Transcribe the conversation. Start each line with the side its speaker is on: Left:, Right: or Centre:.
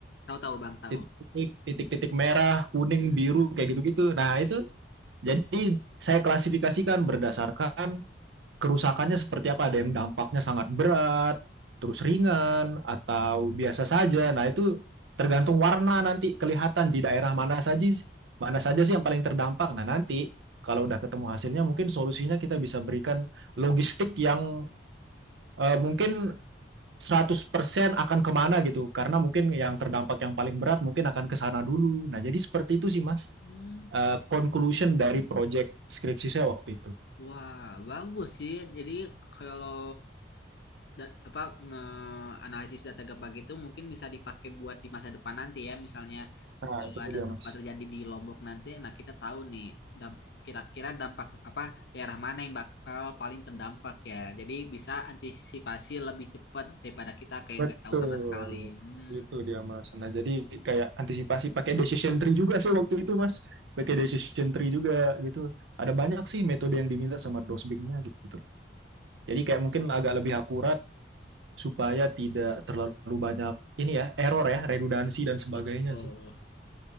Left: Tahu tahu Bang tahu.
Right: titik-titik titik-titik merah kuning
Left: Mm.
Right: biru kayak gitu-gitu nah itu jadi saya klasifikasikan berdasarkan kerusakannya seperti apa? Ada yang dampaknya sangat berat, terus ringan, atau biasa saja. Nah, itu tergantung warna nanti kelihatan di daerah mana saja mana saja sih yang paling terdampak. Nah, nanti kalau udah ketemu hasilnya mungkin solusinya kita bisa berikan logistik yang eh, mungkin 100% akan kemana gitu karena mungkin yang terdampak yang paling berat mungkin akan ke sana dulu. Nah, jadi seperti itu sih Mas.
Left: Hmm.
Right: Eh, conclusion dari project skripsi saya waktu itu.
Left: Wah, bagus sih. Jadi kalau da- apa nge-analisis data gempa gitu mungkin bisa dipakai buat di masa depan nanti ya. Misalnya
Right: Nah,
Left: kalau
Right: itu
Left: ada
Right: dia
Left: gempa
Right: Mas.
Left: terjadi di Lombok nanti, nah kita tahu nih damp- kira-kira dampak apa daerah mana yang bakal paling terdampak ya. Jadi bisa antisipasi lebih cepat daripada kita kayak
Right: Betul.
Left: nggak tahu sama sekali. Hmm,
Right: Itu dia Mas. Nah, jadi kayak antisipasi pakai decision tree juga sih waktu itu Mas. Pakai decision tree juga gitu. Ada banyak sih metode yang diminta sama dosbingnya gitu. Jadi kayak mungkin agak lebih akurat supaya tidak terlalu banyak ini ya, error ya, redundansi dan sebagainya
Left: betul.
Right: sih.